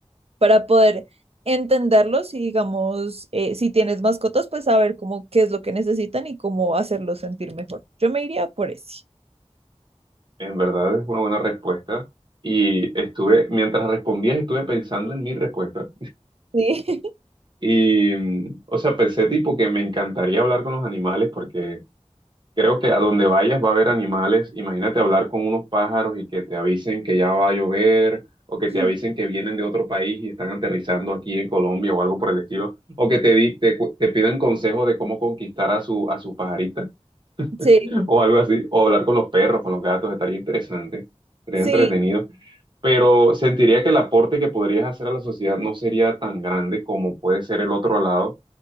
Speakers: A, on the right; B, on the right.
A: para poder entenderlos y, digamos, eh, si tienes mascotas, pues saber cómo qué es lo que necesitan y cómo hacerlos sentir mejor. Yo me iría por ese.
B: En verdad es una buena respuesta. Y estuve, mientras respondías, estuve pensando en mi respuesta.
A: Sí.
B: Y, mm, o sea, pensé tipo que me encantaría hablar con los animales porque Creo que a donde vayas va a haber animales. Imagínate hablar con unos pájaros y que te avisen que ya va a llover, o que
A: <laughs>
B: te avisen que vienen de otro país y están aterrizando aquí en Colombia o algo por el estilo, o que te, di- te, cu- te pidan consejo de cómo conquistar a su, a su pajarita
A: Sí.
B: <laughs> o algo así, o hablar con los perros, con los gatos, estaría interesante, estaría
A: Sí,
B: entretenido pero sentiría que el aporte que podrías hacer a la sociedad no sería tan grande como puede ser el otro lado